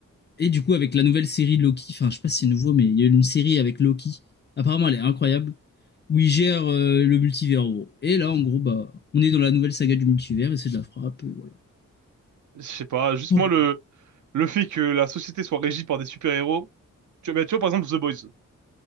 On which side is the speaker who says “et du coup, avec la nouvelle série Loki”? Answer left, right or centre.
Left